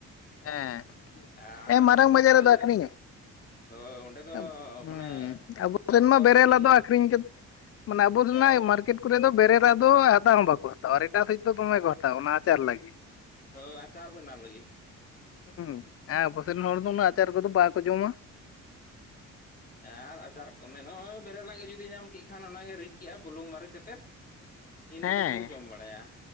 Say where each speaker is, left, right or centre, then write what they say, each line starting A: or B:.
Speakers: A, on the left; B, on the left.
A: ᱦᱮᱸ
B: ᱟᱨ
A: ᱦᱮᱸ ᱢᱟᱨᱟᱝ
B: ᱱᱚᱣᱟ
A: ᱵᱟᱡᱟᱨ
B: ᱞᱳᱠᱟᱞ
A: ᱨᱮᱫᱚ
B: ᱡᱟᱭᱜᱟ
A: ᱟᱠᱷᱨᱤᱧᱚᱜ
B: ᱦᱳᱭ ᱚᱸᱰᱮ ᱫᱚ
A: ᱦᱩᱸ
B: ᱢᱟᱱᱮ
A: ᱟᱵᱚ
B: ᱦᱚᱲ
A: ᱥᱮᱱ
B: ᱠᱚ
A: ᱢᱟ ᱵᱮᱨᱮᱞᱟ
B: ᱥᱟᱸᱜᱮ ᱜᱮᱭᱟ
A: ᱫᱚ ᱟᱹᱠᱷᱚᱨᱤᱧ ᱠᱮᱫᱟ ᱢᱟᱱᱮ ᱟᱵᱚᱱᱟᱜ
B: ᱦᱳᱭ
A: ᱢᱟᱨᱠᱮᱴ ᱠᱚᱨᱮ ᱫᱚ ᱵᱮᱨᱮᱞᱟᱜ ᱫᱚ ᱦᱟᱛᱟᱣ ᱦᱚᱸ ᱵᱟᱠᱚ ᱦᱟᱛᱟᱣᱟ ᱟᱨ ᱮᱴᱟᱜ ᱥᱮᱫ᱾ ᱫᱚᱢᱮ ᱠᱚ ᱦᱟᱛᱟᱣᱼᱟ ᱚᱱᱟ ᱟᱪᱟᱨ ᱞᱟᱹᱜᱤᱫ
B: ᱦᱳᱭ ᱟᱪᱟᱨ ᱵᱮᱱᱟᱣ ᱞᱟᱹᱜᱤᱫ
A: ᱦᱩ ᱦᱮᱸ ᱟᱵᱚᱥᱮᱫ ᱨᱮᱱ ᱦᱚᱲ ᱫᱚ ᱩᱱᱟᱹᱜ ᱟᱪᱟᱨ ᱠᱚᱫᱚ ᱵᱟᱠᱚ ᱡᱚᱢᱟ᱾
B: ᱟᱨ ᱟᱡᱟᱨ ᱠᱚᱱᱮ ᱱᱚᱜᱼᱚᱭ ᱵᱮᱨᱮᱞᱟᱜ ᱜᱮ ᱡᱩᱫᱤ ᱧᱟᱢ ᱠᱮ ᱠᱷᱟᱱ ᱚᱱᱟᱜᱮ ᱨᱤᱫ ᱠᱮᱫᱮᱜᱼᱟ ᱵᱩᱞᱩᱝ ᱢᱟᱨᱮᱪ ᱟᱛᱮᱫ᱾ ᱤᱱᱟᱹ
A: ᱦᱮᱸ
B: ᱠᱚᱜᱮ ᱵᱚᱱ ᱡᱚᱢ ᱵᱟᱲᱟᱭᱟ